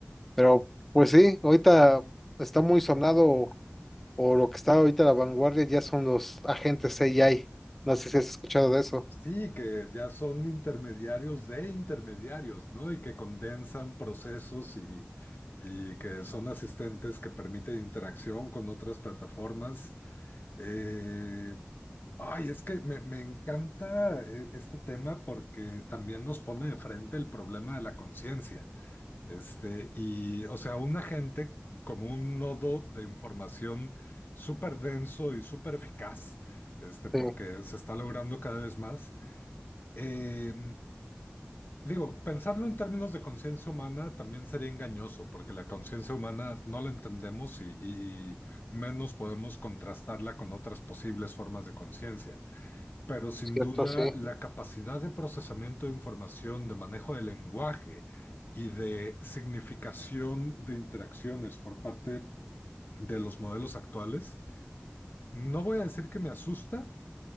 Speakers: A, in the centre; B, on the left.
A: Pero pues sí, ahorita está muy sonado o lo que está ahorita a la vanguardia ya son los agentes AI. No sé si has escuchado de eso.
B: Sí, que ya son intermediarios de intermediarios, ¿no? Y que condensan procesos y, y que son asistentes que permiten interacción con otras plataformas. Eh, ay, es que me, me encanta eh, este tema porque también nos pone de frente el problema de la conciencia. Este, y, o sea, una gente como un nodo de información súper denso y súper eficaz, este, porque
A: Sí,
B: se está logrando cada vez más. Eh, digo, pensarlo en términos de conciencia humana también sería engañoso, porque la conciencia humana no la entendemos y, y y menos podemos contrastarla con otras posibles formas de conciencia. Pero sin
A: cierto,
B: duda,
A: sí.
B: la capacidad de procesamiento de información, de manejo del lenguaje y de significación de interacciones por parte de los modelos actuales, no voy a decir que me asusta,